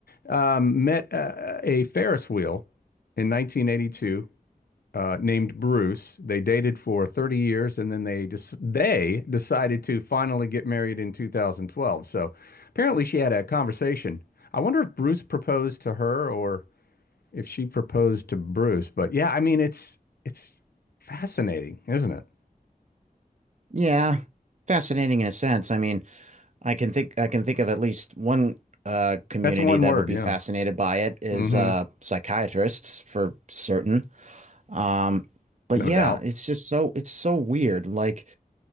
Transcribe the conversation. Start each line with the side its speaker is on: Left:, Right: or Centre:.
Left: um, met uh, a Ferris wheel in 1982 uh, named Bruce. They dated for 30 years and then they just they decided to finally get married in 2012. So apparently she had a conversation. I wonder if Bruce proposed to her or if she proposed to Bruce. But yeah, I mean it's it's fascinating, isn't it?
Right: Yeah, fascinating in a sense. I mean, I can think I can think of at least one uh community
Left: That's one
Right: that
Left: word,
Right: would be
Left: yeah.
Right: fascinated by it is
Left: hmm
Right: uh psychiatrists for certain. Um, but
Left: No
Right: yeah,
Left: doubt.
Right: it's just so it's so weird. Like